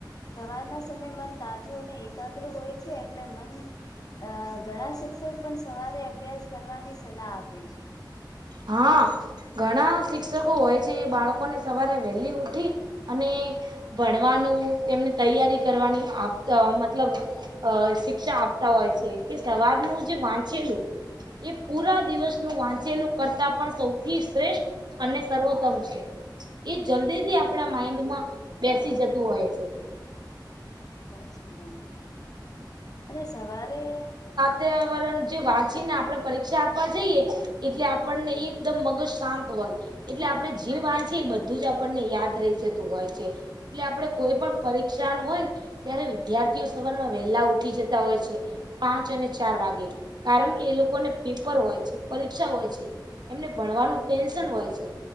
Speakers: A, on the left; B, on the right.
A: સવારના સમય મન તાજું અને એકાગ્ર હોય છે એટલે મન અ ઘણા શિક્ષક પણ સવારે અભ્યાસ કરવાની સલાહ આપે છે.
B: હા. ઘણા શિક્ષકો હોય છે બાળકોને સવારે વહેલી ઉઠી અને ભણવાનું તેમની તૈયારી કરવાની મતલબ અ શિક્ષા આપતા હોય છે એ સવારનું જે વાંચેલું. એ પુરા દિવસનું વાંચલું. કરતા પણ સૌથી શ્રેષ્ઠ અને સર્વોત્તમ છે. એ જલ્દીથી આપણા માઈન્ડમાં બેસી જતું હોય છે.
A: સાચી વાત અને સવારે
B: પર્યાવરણ જે વાંચીને આપણે પરીક્ષા આપવા જઈએ. એટલે આપણને એકદમ મગજ શાંત હોય. એટલે આપણે જે વાચએ બધું આપણને યાદ રહી જતું હોય છે. એટલે આપડે કોઈ પણ પરીક્ષા હોયને ત્યારે વિદ્યાર્થીઓ સવાર માં વેહેલા ઉઠી જતા ઉઠતા હોય છે. પાંચ અને ચાર વાગે કારણ કે એ લોકોને પેપર હોય છે પરીક્ષા હોય છે. એમને ભણવાનું ટેન્શન હોય છે.